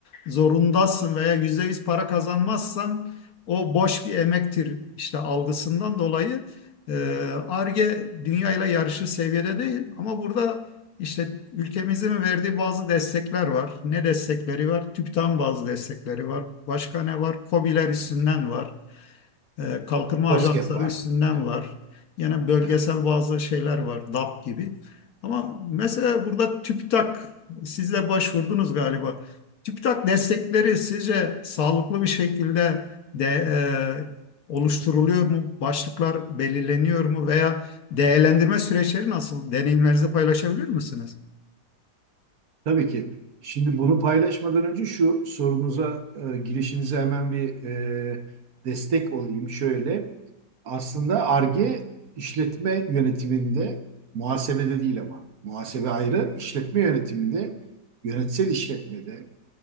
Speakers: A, on the left; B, on the right.
A: zorundasın veya %100 para kazanmazsan o boş bir emektir işte algısından dolayı e, Ar-Ge dünyayla yarışır seviyede değil ama burada işte ülkemizin verdiği bazı destekler var. Ne destekleri var? TÜBİTAK'ın bazı destekleri var. Başka ne var? KOBİ'ler üstünden var. E, kalkınma
B: COSGAP
A: ajansları
B: var.
A: üstünden
B: Evet.
A: var. Yine bölgesel
B: evet.
A: bazı şeyler var, DAP gibi. Ama mesela burada TÜBİTAK, siz de başvurdunuz galiba. TÜBİTAK destekleri sizce sağlıklı bir şekilde de e, oluşturuluyor mu? Başlıklar belirleniyor mu? Veya değerlendirme süreçleri nasıl? Deneyimlerinizi paylaşabilir misiniz?
B: Tabii ki. Şimdi bunu paylaşmadan önce şu sorunuza, e, girişinize hemen bir e, destek olayım. Şöyle, aslında Ar-Ge işletme yönetiminde, muhasebede değil ama, muhasebe ayrı, işletme yönetiminde, yönetsel işletmede,